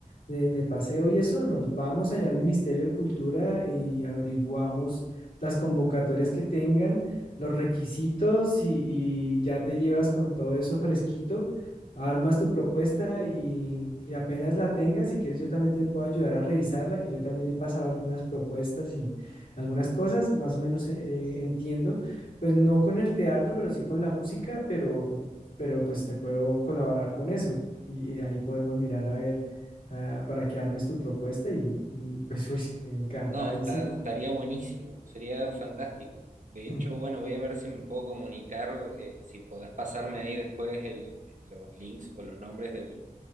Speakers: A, on the left; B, on the right.
A: de, de paseo y eso, nos vamos allá al Ministerio de Cultura y averiguamos las convocatorias que tengan, los requisitos y, y ya te llevas con todo eso fresquito, armas tu propuesta y, y apenas la tengas, si quieres yo también te puedo ayudar a revisarla, que yo también he pasado algunas propuestas y algunas cosas, más o menos eh, entiendo. Pues no con el teatro, pero sí con la música, pero, pero pues te puedo colaborar con eso. Y, y ahí podemos mirar a ver ah, para que armes tu propuesta y, y, pues uy, <laughs> encantadísimo.
B: No, está, estaría buenísimo, sería fantástico. De hecho,
A: <clears throat>
B: bueno, voy a ver si me puedo comunicar, eh, si podés pasarme ahí después el- los links o los nombres del